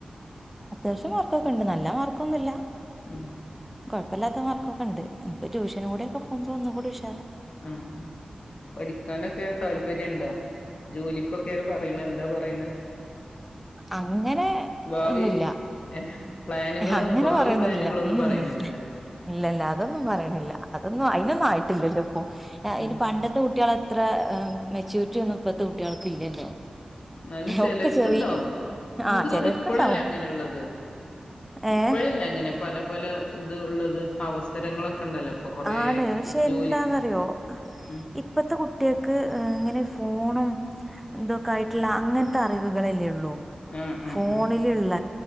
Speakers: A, in the centre; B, on the left.
A: അത്യാവശ്യം മാർക്കൊക്കെ ഉണ്ട് നല്ല മാർക്കൊന്നുല്ല
B: ഉം
A: കൊഴപ്പല്ലാത്ത മാർക്കൊക്കെണ്ട് ഇപ്പൊ ട്യൂഷൻ കൂടെ ഒക്കെ പോകുമ്പോ ഒന്നുകുടി ഉഷ
B: ആഹ്‌ പഠിക്കാനൊക്കെ താല്പര്യണ്ടാ ജോലി <unintelligible> പറയുന്ന എന്താ പറയന്നെ
A: അങ്ങനെ
B: ഭാവി
A: ഒന്നുല്ല.
B: ഏഹ് പ്ലാനുകളൊന്നും
A: അങ്ങനെ
B: ഭാവി
A: പറയൊന്നുംല്ല
B: പ്ലാനുകളൊന്നും
A: ഉം
B: പറയണില്ലല്ലേ
A: ഇല്ലല്ല അതൊന്നും പറയണില്ല അതൊന്നും
B: ഉം
A: അയിനൊന്നും ആയിട്ടില്ലല്ലോപ്പൊ
B: ഉം
A: ഇനി പണ്ടത്തെ കു കുട്ടികളത്ര മെചുരിറ്റി ഒന്നും ഇപ്പത്തെ കുട്ടികൾക്ക് ഇല്ലല്ലോ
B: എന്നാലും ചെലർക്ക്ണ്ടാവും
A: ഒക്കെ ചെറിയ
B: എന്ക്ക്
A: ആഹ്
B: തോന്നണേ
A: ചിലർക്കുണ്ടാവും
B: ഇപ്പളല്ലേ അങ്ങനെള്ളത്
A: ഏഹ്
B: ഇപ്പഴല്ലങ്ങനെ പല പല ഇത് ഉള്ളത് അവസരങ്ങളൊക്കെ ഉണ്ടല്ലോ. ഇപ്പൊ കൊറേ
A: ആണ് പക്ഷെ
B: ജോലിക്ക്
A: എന്താന്നറിയോ
B: ഉം
A: ഇപ്പത്തെ കുട്ടിയക്ക് അങ്ങനെ ഫോണും എന്തൊക്കെ ആയിട്ടുള്ള അങ്ങൻത്തെ അറിവുകളല്ലേ ഉള്ളൂ.
B: ആഹ് ആഹ്
A: ഫോണിലുള്ള
B: ആഹ്